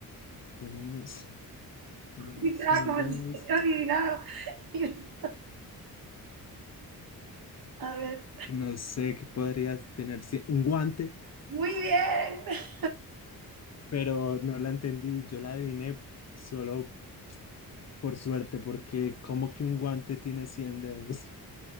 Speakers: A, on the left; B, on the right.
A: tenemos, <laughs> tenemos
B: Y claro,
A: 100
B: como
A: dedos.
B: si estuviera adivinado. <laughs> Y- A ver,
A: No sé qué podría tener cien un guante,
B: muy bien. <laughs>
A: pero no la entendí. Yo la adiviné solo Por suerte, porque como que un guante tiene 100 dedos. <laughs>